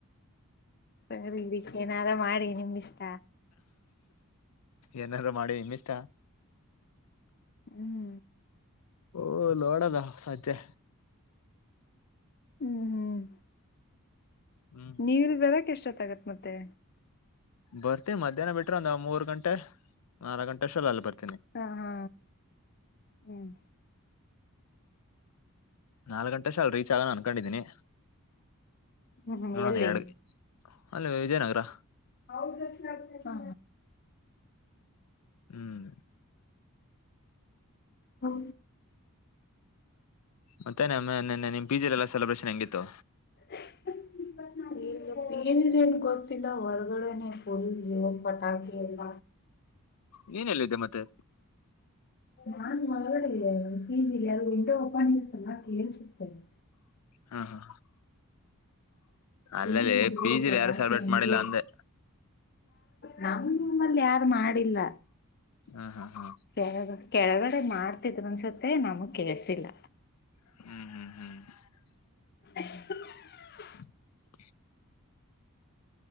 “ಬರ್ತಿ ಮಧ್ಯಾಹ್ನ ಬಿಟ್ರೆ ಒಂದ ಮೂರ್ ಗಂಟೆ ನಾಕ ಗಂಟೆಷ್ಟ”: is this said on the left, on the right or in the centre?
Left